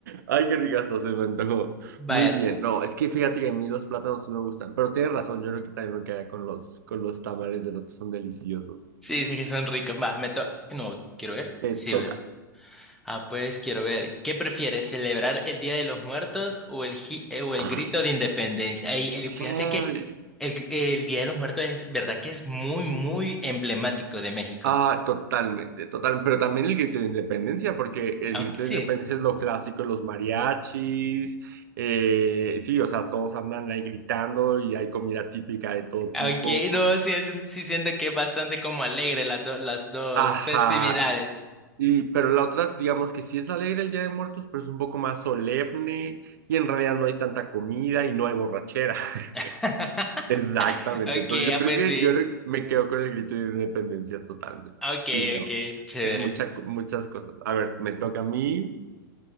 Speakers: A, on the right (about 65°); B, in the centre.
A: Ay, qué ricazo se me antojó.
B: Vaya,
A: Muy bien. No, es que fíjate que a mí los plátanos sí me gustan, pero tienes razón, yo creo que también me quedaría con los, con los tamales de lote, son deliciosos.
B: sí, dice que son ricos. Va, me to... No, quiero ver.
A: Te
B: Sí,
A: toca.
B: ver. Ah, pues quiero ver, ¿qué prefieres, celebrar el Día de los Muertos o el, gi- eh, o el
A: Ah,
B: grito de independencia? Ey, el- fíjate
A: Ay,
B: que el, gr- el Día de los Muertos es verdad que es muy, muy emblemático de México.
A: Ah, totalmente, total, pero también el grito de independencia, porque el
B: Aunque
A: grito
B: sí,
A: de independencia es lo clásico, los mariachis, eh, sí, o sea, todos andan ahí gritando y hay comida típica de todo tipo.
B: aunque no, sí, es un- sí siento que es bastante como alegre las, do- las dos
A: Ajá,
B: festividades.
A: y pero la otra, digamos que sí es alegre el Día de Muertos, pero es un poco más solemne y en realidad no hay tanta comida y no hay borrachera. <laughs>
B: <laughs>
A: Exactamente,
B: Ok,
A: entonces yo
B: ah,
A: creo
B: pues
A: que
B: sí.
A: yo creo que me quedo con el grito de independencia totalmente.
B: Ok,
A: Sí, no,
B: ok, chévere.
A: es mucha, co- muchas cosas. A ver, me toca a mí.